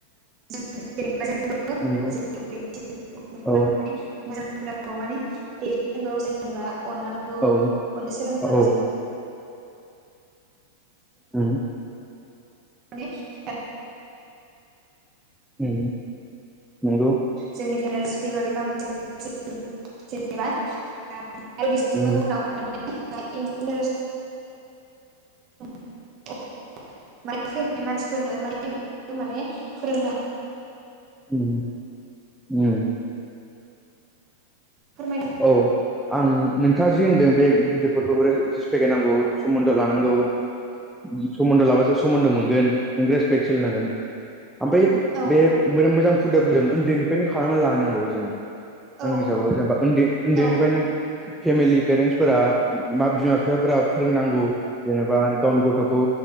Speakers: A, on the right; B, in the centre.
A: <unintelligible>
B: नंगौ औ
A: <unintelligible> मोजां खुदाखौ माने देखायनांगौ जेनेबा अननांगौ
B: औ
A: अननो सोलोंनांगौ
B: औ
A: जेन
B: उम
A: <unintelligible>
B: औ नोंगौ
A: जोंनि पेरेन्टस बिमा बिफा <unintelligible>
B: उम
A: <unintelligible> उनाव <unintelligible> माने फैनाय मानसिफोरनो माने माने फोरोंनो हा
B: ओम ओम
A: फोरमाय
B: औ आं नोंथाङा जि होन्दों बे गिदिरफोरखौबो रेसपेक्ट होनांगौ सोमोन्दो लानांगौ। नोंगौ सोमोन्दो लाबासो समोन्दो मोनगोन नों रेसपेक्ट सोलोनांगोन। ओमफ्राय
A: औ
B: बे मोजां हुदाखौ जों उन्दैनिफ्रायनो खालामनानै लानांगौ जों
A: औ
B: आं हिसाबाव जेनेबा उन्दै उन्दैनिफ्रायनो
A: औ
B: फेमिलि पेरेन्टसफोरा बिमा बिफाफोरा फोरोंनांगौ जेनेबा गावनि गथ'खौ